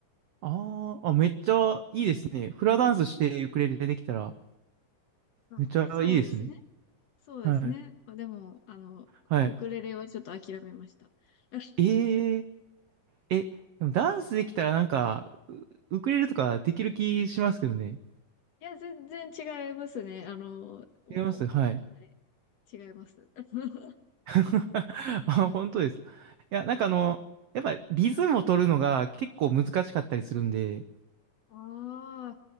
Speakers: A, on the right; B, on the left.
A: あ。あーあ、めっちゃいいですね。フラダンスしてウクレレできたら、
B: あ、
A: めっちゃいいですね。
B: そうですね。そうですね。
A: はい。
B: まあでも、あの、
A: はい。
B: ウクレレはちょっと諦めました。<laughs>
A: えええ、でもダンスできたらなんか、ウクレレとかできる気しますけどね。
B: いや、全然違いますね。あの、もう、
A: できますはい。
B: はい、違います。<laughs>
A: <laughs> あ、本当ですか。いや、なんかあの、やっぱリズムを取るのが結構難しかったりするんで、
B: あ